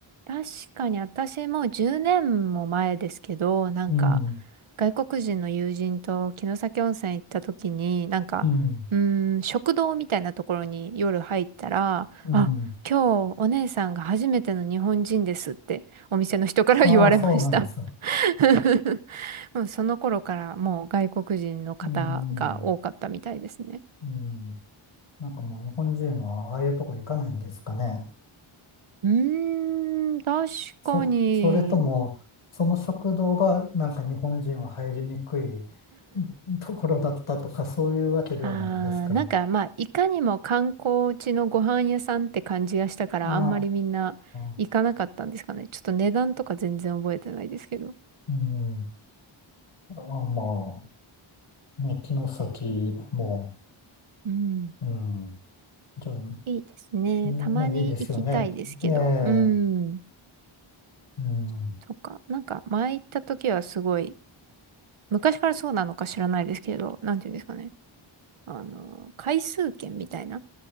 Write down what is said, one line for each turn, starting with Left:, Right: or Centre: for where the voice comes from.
Right: 確かに私もう10年も前ですけど、なんか
Left: うん、
Right: 外国人の友人と城崎温泉行った時に、なんか、
Left: うん、
Right: うーん、食堂みたいなところに夜入ったら、
Left: うん。
Right: あ、今日お姉さんが初めての日本人ですってお店の人から言われました。
Left: ああ、そうなんですよ。
Right: <laughs> もうその頃からもう外国人の方が多かったみたいですね。
Left: うん、うん。なんかもう日本人はああいうとこ行かないんですかね。
Right: うーん、確かに
Left: そ、それとも、その食堂がなんか日本人は入りにくいうんところだったとか、そういうわけではないんですか。
Right: あー、なんかまあ、いかにも観光地のご飯屋さんって感じがしたから、
Left: あ
Right: あんまりみんな行かなかったんですかね。
Left: あ、
Right: ちょっと値段とか全然覚えてないですけど。
Left: うん。あ、まあ、ね、城崎も、
Right: うん。
Left: うん。じゃあ、う
Right: いいですね。
Left: んまあいいですよね。
Right: たまに行きたいですけど。
Left: ええ、
Right: うん。
Left: うん。
Right: とか、なんか前行った時はすごい、昔からそうなのか知らないですけど、なんていうんですかね。あの、回数券みたいな。